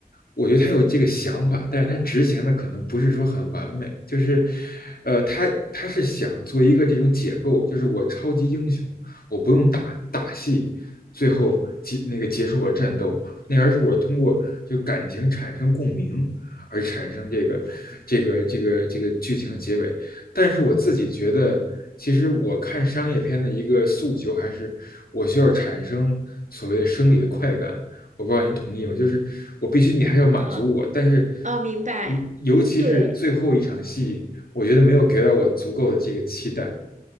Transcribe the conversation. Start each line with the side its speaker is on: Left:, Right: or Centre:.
Left: 我觉得他有这个想法，但是他执行的可能不是说很完美。就是，呃，他他是想做一个这种解构，就是我超级英雄，我不用打打戏，最后结那个结束我战斗，那而是我通过就感情产生共鸣，而产生这个这个这个这个剧情的结尾。但是我自己觉得，其实我看商业片的一个诉求还是我需要产生所谓的生理的快感。我不知道您同意吗？就是我必须你还是要满足我，
Right: 嗯，
Left: 但是
Right: 哦，明白。
Left: 我尤其是最后一场戏，
Right: 对，
Left: 我觉得没有给到我足够的这个期待。